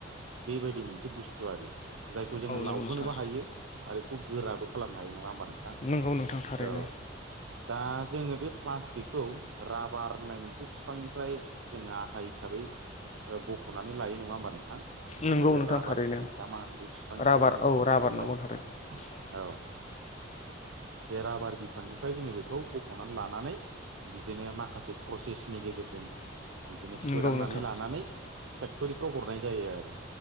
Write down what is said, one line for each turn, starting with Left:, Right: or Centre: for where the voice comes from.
Right: बेबायदि मोनसे बुस्थु आरो। जायखौ जोङो
Left: औ नंगौ
Right: लावहोनोबो
Left: नोंथां
Right: हायो आरो बेखौ गोराबो खालामनो हायो नङा होमबा नोंथां
Left: नंगौ नोंथां थारैनो
Right: औ दा जोङो बे प्लास्टिकखौ राबार होननाय मोनसे बिफांनिफ्राय जोङो आथा हिसाबै बख'नानै लायो नङा होमबा नों थां?
Left: नंगौ
Right: दा बे
Left: नोंथां
Right: राबार
Left: थारैनो
Right: थ्रिक ना मा होनो बे बिफांनिफ्राय
Left: राबार
Right: जोङो बख'नानै
Left: राबार नंगौ
Right: लायो।
Left: थारैनो
Right: औ
Left: औ।
Right: बे राबार बिफांनिफ्राय जोङो बेखौ बख'नानै लानानै बिदिनो माखासे प्रसेसनि गेजेरजों - बिदिनो सोदांनानै
Left: नंगौ नोंथां
Right: लानानै फेक्टरिफ्राव हरनाय जायो आरो।